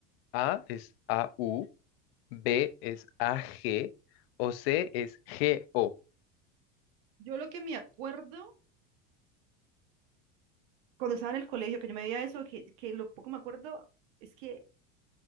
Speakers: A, on the left; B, on the right.
A: A es AU, B es AG o C es GO.
B: Yo lo que me acuerdo cuando estaba en el colegio, que yo me veía eso, que, que lo poco me acuerdo es que